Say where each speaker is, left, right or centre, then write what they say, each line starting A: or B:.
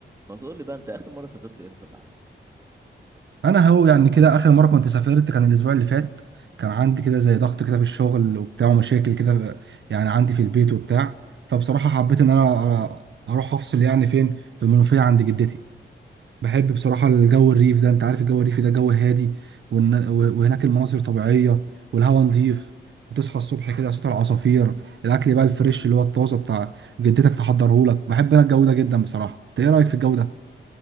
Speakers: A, on the right; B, on the right.
A: ما تقول لي بقى انت اخر مره سافرت امتى صحيح
B: انا هو يعني كده اخر مره كنت سافرت كان الاسبوع اللي فات كان عندي كده زي ضغط كده في الشغل وبتاع ومشاكل كده يعني عندي في البيت وبتاع فبصراحه حبيت ان انا اروح افصل يعني فين في المنوفيه عند جدتي بحب بصراحه الجو الريف ده انت عارف الجو الريفي ده جو هادي والن- وهناك المناظر طبيعيه والهواء نظيف وتصحى الصبح كده صوت العصافير الاكل بقى الفريش اللي هو الطازه بتاع جدتك تحضره لك بحب انا الجو ده جدا بصراحه انت ايه رايك في الجو ده